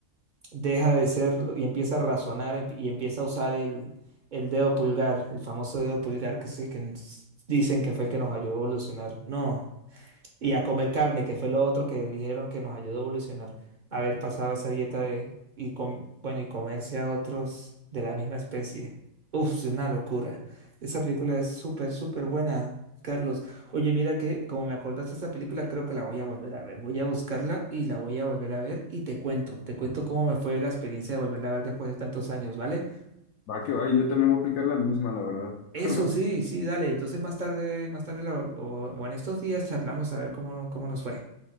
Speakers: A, on the right; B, on the left.
A: deja de serlo y empieza a razonar em- y empieza a usar el, el dedo pulgar, el famoso dedo pulgar que es el que nos dicen que fue el que nos ayudó a evolucionar. No. Y a comer carne, que fue lo otro que dijeron que nos ayudó a evolucionar. Haber pasado esa dieta de, y com- bueno, y comerse a otros de la misma especie. Uf, es una locura. Esa película es súper, súper buena, Carlos. Oye, mira que como me acordaste de esa película, creo que la voy a volver a ver. Voy a buscarla y la voy a volver a ver y te cuento. Te cuento cómo me fue la experiencia de volverla a ver después de tantos años, ¿vale?
B: Va que va, y yo también voy a aplicar la misma, la verdad.
A: Eso
B: <laughs>
A: sí, sí, dale. Entonces más tarde, más tarde lo- lo- o en estos días charlamos a ver cómo, no- cómo nos fue.